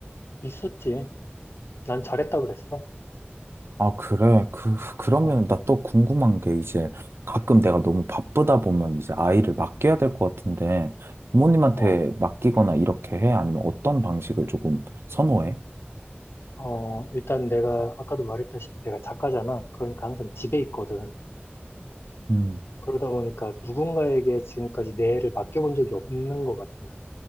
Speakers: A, on the left (about 75°); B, on the right (about 80°).
A: 있었지. 난 잘했다 그랬어.
B: 아, 그래. 그, 그러면
A: 어,
B: 나 또 궁금한 게 이제 가끔 내가 너무 바쁘다 보면 이제 아이를 맡겨야 될 것 같은데 부모님한테
A: 어,
B: 맡기거나 이렇게 해? 아니면 어떤 방식을 조금 선호해?
A: 어, 일단 내가 아까도 말했다시피 내가 작가잖아. 그러니까 항상 집에 있거든.
B: 음.
A: 그러다 보니까 누군가에게 지금까지 내 애를 맡겨본 적이 없는 것 같아, 난.